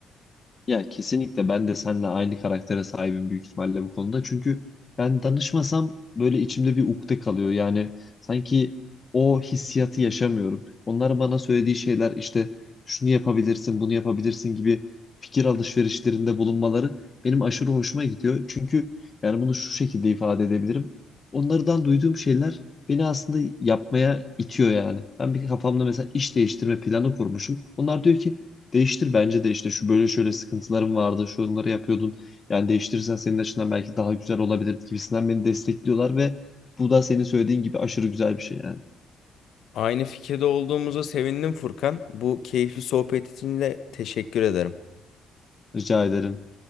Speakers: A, on the left (about 35°); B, on the left (about 70°).
A: Ya kesinlikle ben de seninle aynı karaktere sahibim büyük ihtimalle bu konuda. Çünkü ben danışmasam böyle içimde bir ukde kalıyor. Yani sanki o hissiyatı yaşamıyorum. Onlar bana söylediği şeyler işte şunu yapabilirsin, bunu yapabilirsin gibi fikir alışverişlerinde bulunmaları benim aşırı hoşuma gidiyor. Çünkü yani bunu şu şekilde ifade edebilirim. Onlardan duyduğum şeyler beni aslında yapmaya itiyor yani. Ben bir kafamda mesela iş değiştirme planı kurmuşum. Onlar diyor ki Değiştir bence de işte şu böyle şöyle sıkıntılarım vardı, şu onları yapıyordun. Yani değiştirirsen senin açından belki daha güzel olabilir gibisinden beni destekliyorlar ve bu da senin söylediğin gibi aşırı güzel bir şey yani.
B: Aynı fikirde olduğumuza sevindim Furkan. Bu keyifli sohbet için de teşekkür ederim.
A: Rica ederim.